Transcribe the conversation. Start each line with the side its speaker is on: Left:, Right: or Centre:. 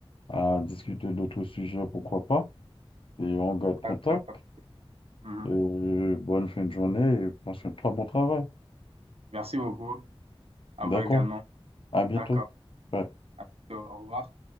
Left: à discuter d'autres sujets, pourquoi pas. Et on garde contact.
Right: D'accord. Mhm.
Left: Euh, bonne fin de journée et prends soin de toi, bon travail.
Right: Merci beaucoup. À
Left: D'accord,
Right: vous également.
Left: à bientôt.
Right: D'accord.
Left: Bye.
Right: À bientôt. Au revoir.